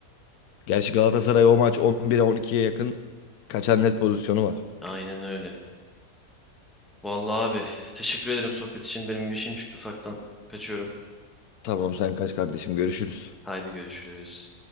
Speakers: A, on the left; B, in the centre.
A: Gerçi Galatasaray o maç on bire on ikiye yakın kaçan net pozisyonu var.
B: Aynen öyle. Vallahi abi teşekkür ederim sohbet için. Benim bir işim çıktı ufaktan. Kaçıyorum.
A: Tamam sen kaç kardeşim görüşürüz.
B: Haydi görüşürüz.